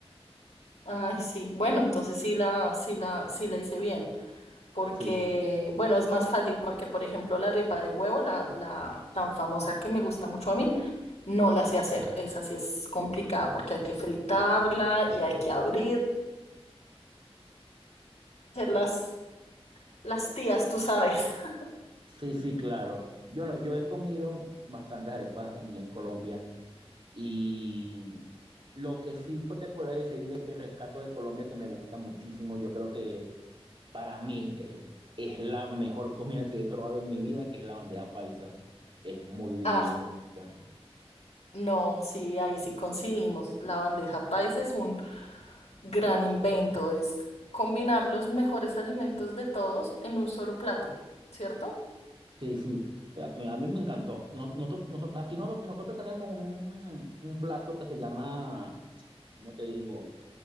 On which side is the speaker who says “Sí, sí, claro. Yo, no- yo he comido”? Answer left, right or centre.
Right